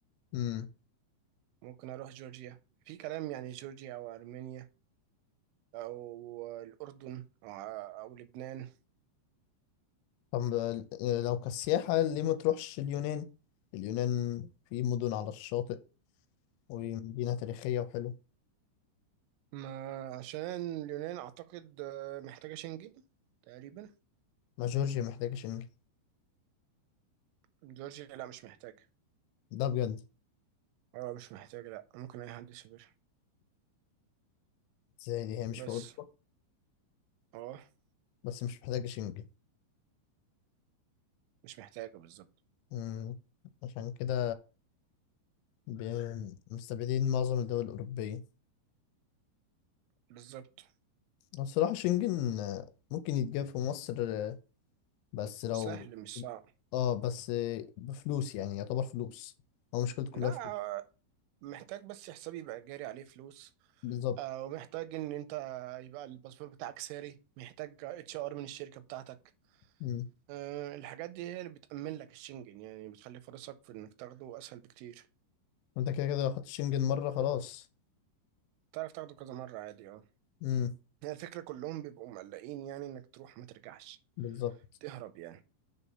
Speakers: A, on the left (about 85°); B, on the right (about 85°).
A: امم
B: ممكن اروح جورجيا في كلام يعني جورجيا او ارمينيا او الاردن او أو لبنان
A: طب آه، لو كسياحة ليه ما تروحش اليونان اليونان في مدن على الشاطئ ومدينة تاريخية وحلوة
B: ما عشان اليونان اعتقد آه، محتاجه شنجن تقريبا
A: ما جورجيا محتاجة شنجن
B: جورجيا لا مش محتاجه
A: ده بجد
B: اه مش محتاجه لا ممكن اي حد يسافر
A: زي دي هي مش
B: بس
A: في أوروبا
B: اه
A: بس مش محتاجة شنجن
B: مش محتاجه بالظبط
A: امم عشان كده بي- مستبعدين معظم الدول الأوروبية
B: بالظبط
A: الصراحة شنجن آه، ممكن يتجاب في مصر آه، بس لو
B: سهل مش صعب
A: اه بس آه، بفلوس يعني يعتبر فلوس هو مشكلته كلها
B: لا
A: فلوس
B: آه، محتاج بس حسابي يبقى جاري عليه فلوس
A: بالظبط
B: آه، ومحتاج ان انت يبقى الباسبور بتاعك ساري محتاج اتش ار من الشركه بتاعتك
A: مم.
B: آه، الحاجات دي هي اللي بتأمن لك الشنجن يعني بتخلي فرصك في انك تاخده اسهل بكتير
A: انت كده كده لو خدت شنجن مرة خلاص
B: تعرف تاخده كذا مره عادي اه
A: مم.
B: هي الفكره كلهم بيبقوا مقلقين يعني انك تروح ما ترجعش
A: بالظبط
B: تهرب يعني